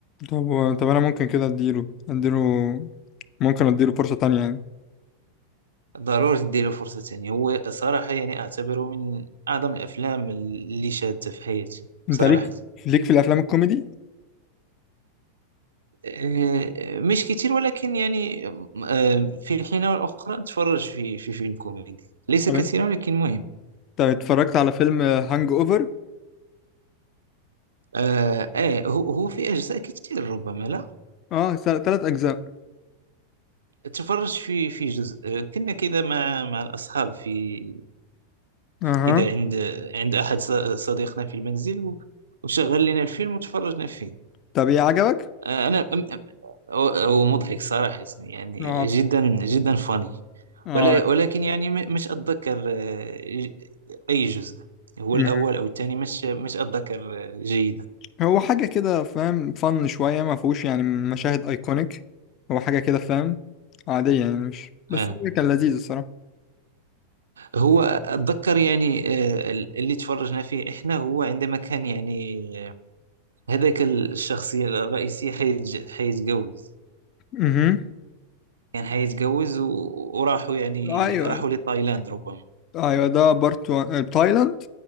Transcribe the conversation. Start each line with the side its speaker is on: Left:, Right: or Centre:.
Left: طب و- طب انا ممكن كده اديله اديله ممكن اديله فرصة تانية يعني
Right: ضروري تديله فرصة تانية هو صراحة يعني أعتبره من أعظم الأفلام اللي شاهدتها في حياتي
Left: انت
Right: صراحة
Left: ليك ليك في الافلام الكوميدي
Right: آه، مش كتير ولكن يعني آه، في الحين والأخرى أتفرج في في فيلم كوميدي ليس
Left: تمام
Right: كثيرا ولكن مهم
Left: طب اتفرجت على فيلم هانج اوفر
Right: آه, آه هو هو في أجزاء كتير ربما لا
Left: اه ثلاث اجزاء
Right: تفرج في في جزء آه، كنا كذا مع مع الأصحاب في
Left: اها
Right: كذا عند عند أحد ص- صديقنا في المنزل و- وشغل لنا الفيلم وتفرجنا فيه
Left: طب ايه عجبك
Right: آه، انا أم- أم- هو هو مضحك صراحة يعني
Left: اه
Right: جدا جدا فاني
Left: اه
Right: ولا ولكن يعني م- مش اتذكر آه، ج- اي جزء هو
Left: مم.
Right: الاول او الثاني مش مش اتذكر آه، جيدا
Left: هو حاجة كده فاهم فن شوية ما فيهوش يعني مشاهد ايكونيك هو حاجة كده فاهم عادية يعني مش بس
Right: آه.
Left: كان لذيذ الصراحة
Right: هو اتذكر يعني آه، ال- اللي تفرجنا فيه احنا هو عندما كان يعني آه، هذاك الشخصية الرئيسية حيتج- حيتجوز
Left: اها
Right: كان حيتجوز و- وراحوا يعني
Left: ايوه
Right: راحوا
Left: ايوه
Right: لتايلاند ربما
Left: أيوة، ده بارت واحد. تايلاند